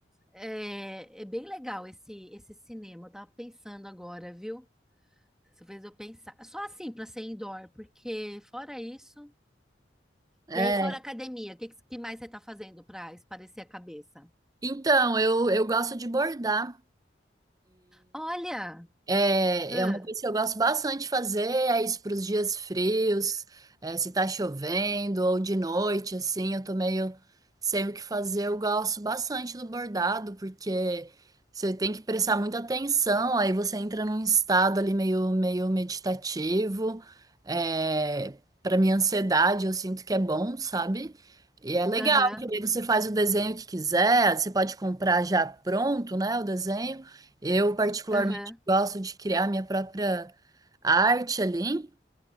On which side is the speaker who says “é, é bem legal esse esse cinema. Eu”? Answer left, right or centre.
Centre